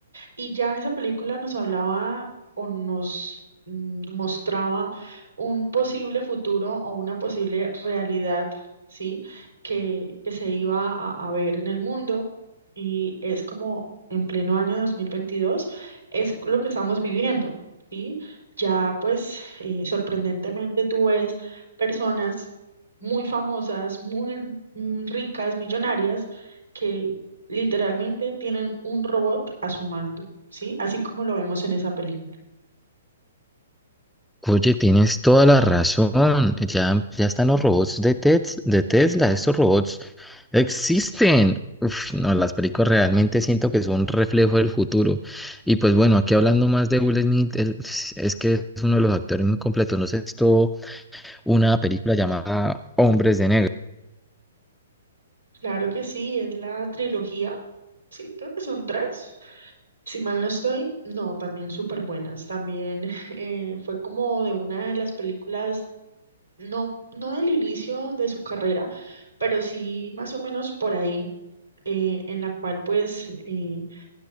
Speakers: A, on the right (about 85°); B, in the centre.
A: Y ya esa película nos hablaba o nos mm, mostraba un posible futuro o una posible realidad, ¿sí? Que, que se iba a, a ver en el mundo y es como en pleno año 2022 es lo que estamos viviendo, ¿sí? Ya pues eh, sorprendentemente tú ves personas muy famosas, muy mm, ricas, millonarias, que literalmente tienen un robot a su mando. ¿sí? Así como lo vemos en esa película.
B: Oye, tienes toda la razón. Ya, ya están los robots de Tes- de Tesla. Estos robots existen. Uf, no, las películas realmente siento que son un reflejo del futuro. Y pues bueno, aquí hablando más de Will Smith, él es, es que es uno de los actores muy completos. No sé si has visto una película llamada Hombres de Negro.
A: Claro que sí, es la trilogía, ¿sí? Creo que son tres. Si mal no estoy, no, también súper buenas. También <laughs> eh, fue como de una de las películas, no, no del inicio de su carrera, pero sí más o menos por ahí, eh, en la cual pues eh,